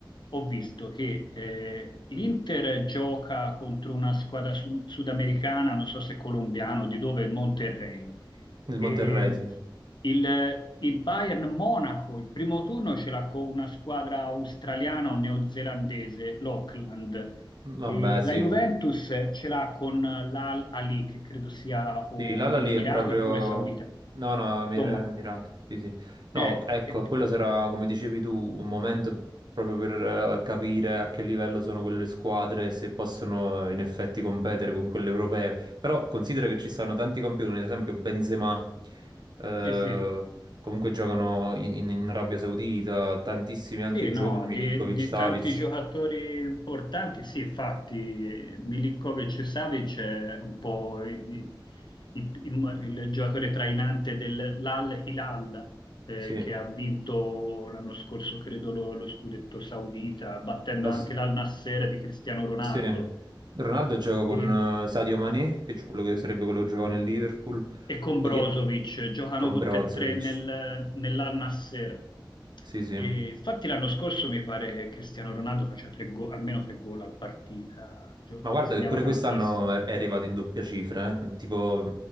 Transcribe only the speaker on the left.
ho visto che eh, l'Inter gioca contro una squadra su- sudamericana, non so se colombiana o di dove, Monterrey.
E
il, il Bayern Monaco, il primo turno ce l'ha con una squadra australiana o neozelandese, l'Auckland.
E
la Juventus ce l'ha con l'Al Ali, che credo sia o
degli Emirati
oppure Saudita.
Insomma,
eh,
eh,
sì, sì.
Sì, no,
di, di tanti giocatori importanti, sì, infatti eh, Milinkovic e Savic è un po' i- i- il, il giocatore trainante dell'Al Hilal eh,
che ha vinto l'anno scorso, credo, lo, lo scudetto saudita, battendo
anche l'Al Nassr di Cristiano Ronaldo.
E-
e con
Brozovic,
giocano
tutte
e tre nel, nell'Al-Nassr.
E infatti l'anno scorso mi pare che Cristiano Ronaldo faceva tre go- almeno tre gol a partita, gio-
segnava
tantissimo.